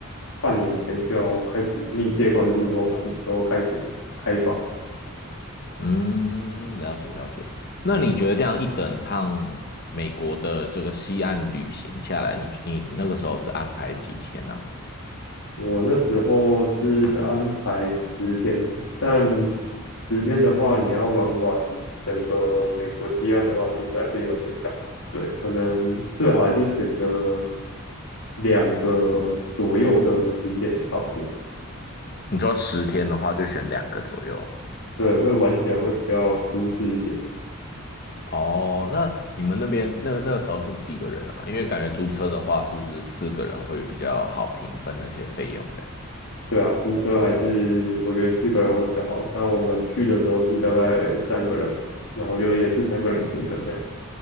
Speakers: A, on the left (about 80°); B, on the left (about 45°).
A: 半年前就要开始密切关注，说它什么时候开始开放。
B: 嗯，了解了解。那你觉得这样一整趟美国的这个西岸旅行下来，你你那个时候是安排几天啊？
A: 我那时候是安排十天，但十天的话，你要玩完整个美国西岸的话，其实还是有点赶。对，可能最好还是选择两个左右的景点差不多，
B: 你说十天的话，就选两个左右。
A: 对，会玩起来会比较舒适一点。
B: 哦，那你们那边那那个时候是几个人啊？因为感觉租车的话，是不是四个人会比较好平分那些费用这样？
A: 对啊，租车还是我觉得四个人会比较好。但我们去的时候是大概三个人，然后就也是三个人平分这样。